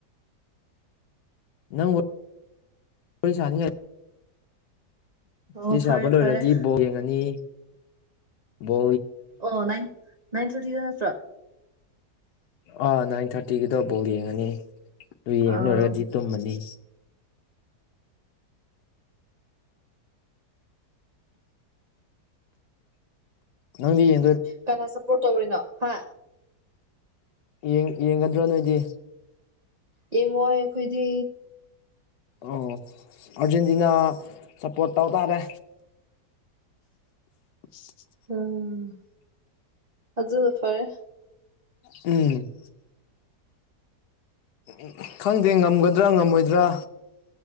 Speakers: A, on the left; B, on the right.
A: ꯅꯪ ꯁꯅꯤ
B: ꯑꯣ
A: ꯆ ꯁꯥꯕ
B: ꯐꯔꯦ
A: ꯂꯣꯏꯔꯗꯤ
B: ꯐꯔꯦ
A: ꯕꯣꯛ ꯌꯦꯡꯉꯅꯤ ꯕꯣ
B: ꯑꯣꯏꯟ ꯏꯟ ꯊꯔꯇꯤꯗ ꯅꯠꯇ꯭ꯔꯣ
A: ꯑꯥ ꯅꯥꯏꯟ ꯊꯥꯔꯇꯤꯒꯤꯗꯣ ꯕꯣꯜ ꯌꯦꯡꯉꯅꯤ ꯑꯗꯨ
B: ꯑꯥ
A: ꯌꯦꯡꯂ ꯂꯨꯔꯒꯗꯤ ꯇꯨꯝꯃꯅꯤ ꯅꯪꯗꯤ ꯌꯦ
B: ꯀꯅꯥ ꯁꯞꯄꯣꯔꯠ ꯇꯧꯔꯤꯅꯣ ꯍꯥ
A: ꯌꯦ ꯌꯦꯡꯒꯗ꯭ꯔꯣ ꯅꯣꯏꯗꯤ
B: ꯌꯦꯡꯉꯣꯏ ꯑꯩꯈꯣꯏꯗꯤ
A: ꯑꯣ ꯑꯥꯔꯖꯦꯟꯇꯤꯅꯥ ꯁꯞꯄꯣꯔꯠ ꯇꯧ ꯇꯥꯔꯦ <unintelligible>
B: ꯎꯝ ꯑꯗꯨꯖꯁꯨ ꯐꯔꯦ
A: ꯎꯝ ꯎ ꯈꯪꯗꯦ ꯉꯝꯒꯗ꯭ꯔꯥ ꯉꯝꯃꯣꯏꯗ꯭ꯔꯥ